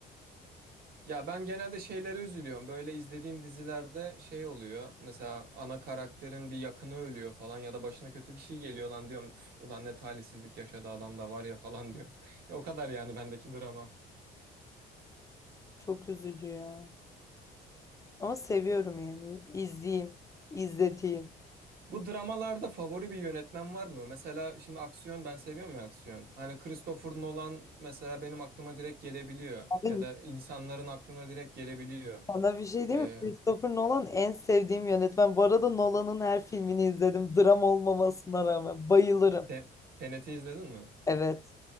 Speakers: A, on the right; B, on the left.
A: Ya ben genelde şeylere üzülüyorum. Böyle izlediğim dizilerde şey oluyor. Mesela ana karakterin bir yakını ölüyor falan ya da başına kötü bir şey geliyor lan diyorum. "Üf, ulan ne talihsizlik yaşadı adam da var ya falan diyorum. <laughs> Ya o kadar yani bendeki drama.
B: Çok üzücü ya. Ama seviyorum yani. İzleyeyim, izleteyim.
A: Bu dramalarda favori bir yönetmen var mı? Mesela şimdi aksiyon ben seviyorum ya aksiyon. Hani Christopher Nolan mesela benim aklıma direkt gelebiliyor.
B: Abi,
A: Ya da insanların aklına direkt gelebiliyor.
B: sana bir şey değil
A: Ee,
B: mi? Christopher Nolan en sevdiğim yönetmen. Bu arada Nolan'ın her filmini izledim. Dram olmamasına rağmen. Bayılırım.
A: Te- Tenet'i izledin mi?
B: Evet.